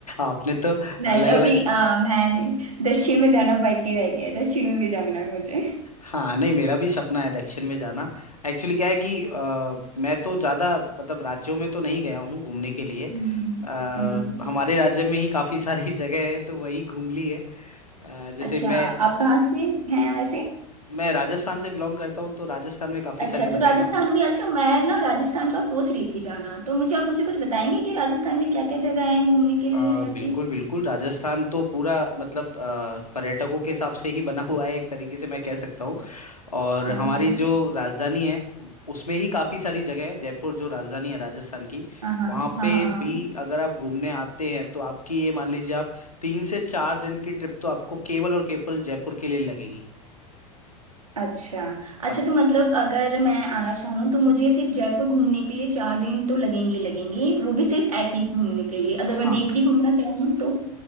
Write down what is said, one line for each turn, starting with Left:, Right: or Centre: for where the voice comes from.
Left: आपने तो
Right: नहीं
Left: अलग
Right: अभी
Left: अलग
Right: अ, मैंने दक्षिण में जाना बाकी रह गया दक्षिण में भी जाना है मुझे
Left: हाँ नहीं मेरा भी सपना है दक्षिण में जाना एक्चुअली क्या है कि अ, मैं तो ज्यादा मतलब राज्यों में तो नहीं गया हूँ घूमने के लिए
Right: हम्म
Left: अ,
Right: हम्म।
Left: हमारे राज्य में ही काफी सारी <laughs> जगह है तो वही घूम ली है अ, जैसे
Right: अच्छा
Left: मैं
Right: आप कहाँ से हैं वैसे
Left: मैं राजस्थान से बिलोंग करता हूँ तो राजस्थान में काफी
Right: अच्छा
Left: सारी जगह
Right: तो राजस्थान
Left: है
Right: में अच्छा मैं ना राजस्थान का सोच रही थी जाना तो मुझे आप मुझे कुछ बताएंगे कि राजस्थान में क्या क्या जगह हैं घूमने के लिए
Left: आ,
Right: ऐसे
Left: बिल्कुल बिल्कुल राजस्थान तो पूरा मतलब आ, पर्यटकों के हिसाब से ही बना हुआ है एक तरीके से मैं कह सकता हूँ और
Right: हाँ
Left: हमारी जो राजधानी है उसमें ही काफ़ी सारी जगह है जयपुर जो राजधानी है राजस्थान की
Right: हाँ हाँ
Left: वहाँ
Right: हाँ
Left: पे
Right: हाँ हाँ
Left: भी अगर आप घूमने आते हैं तो आपकी ये मान लीजिए आप तीन से चार दिन की ट्रिप तो आपको केवल और केवल जयपुर के लिए लगेगी
Right: अच्छा
Left: मत
Right: अच्छा तो मतलब अगर मैं आना चाहूँ तो मुझे सिर्फ जयपुर घूमने के लिए चार दिन तो लगेंगे ही लगेंगे वो भी सिर्फ ऐसे ही घूमने के लिए अगर
Left: हाँ
Right: मैं डीपली घूमना चाहूँ तो